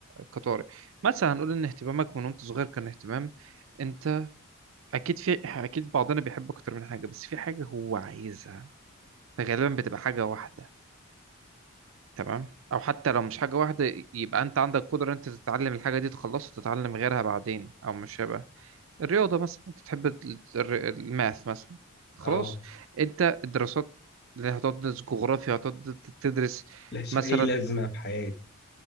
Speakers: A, on the right; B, on the left.
A: كطارئ مثلا هنقول ان اهتمامك من وانت صغير كان اهتمام انت اكيد في اكيد بعضنا بيحب اكتر من حاجة بس في حاجة هو عايزها فغالبا بتبقى حاجة واحدة تمام او حتى لو مش حاجة واحدة يبقى انت عندك قدرة انت تتعلم الحاجة دي تخلصها تتعلم غيرها بعدين او مش شبه الرياضة مثلا انت بتحب ال- الر- الماث مثلا خلاص
B: اه
A: انت الدراسات اللي هتقعد تدرس جغرافيا هتقعد تدرس
B: لهاش
A: مثلا
B: اي لازمه في حياتي